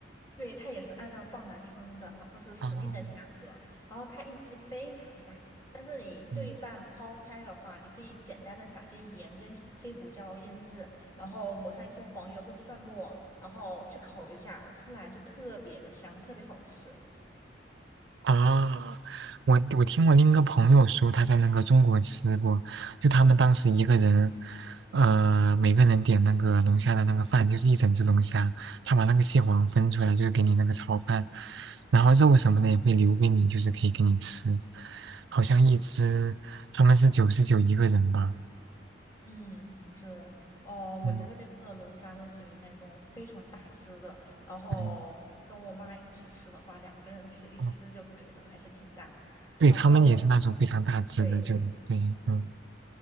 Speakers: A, on the left; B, on the right.
A: 对，它也是按照磅来称的，然后是时令的价格，
B: 哦，
A: 然后它一只非常大，但是你对半抛开的话，
B: 嗯。
A: 你可以简单的撒些盐跟黑胡椒腌制，然后抹上一些黄油跟蒜末，然后去烤一下，出来就特别的香，特别好吃。
B: 啊，我我听我另一个朋友说，他在那个中国吃过，就他们当时一个人，呃，每个人点那个龙虾的那个饭，就是一整只龙虾，他把那个蟹黄分出来，就是给你那个炒饭，然后肉什么的也会留给你，就是可以给你吃，好像一只他们是九十九一个人吧，
A: 嗯，是哦，
B: 嗯
A: 我在这边吃的龙虾都属于那种非常大只的，然后跟我妈一起吃的话，
B: 嗯，
A: 两个人吃一只就可以了，
B: 哦，
A: 而且挺大。
B: 对他们也是那种非常大只的，
A: 然后对。
B: 就对，嗯。